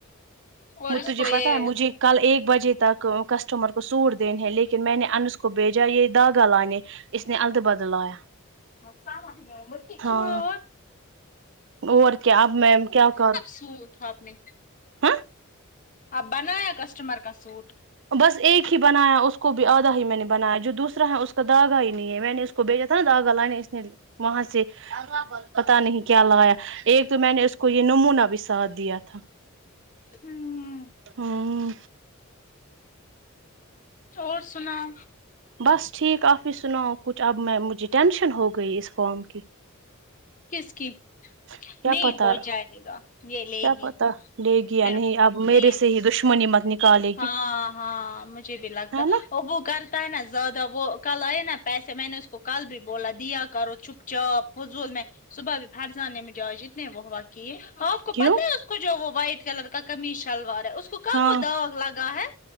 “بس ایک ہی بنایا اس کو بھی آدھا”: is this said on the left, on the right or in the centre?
Right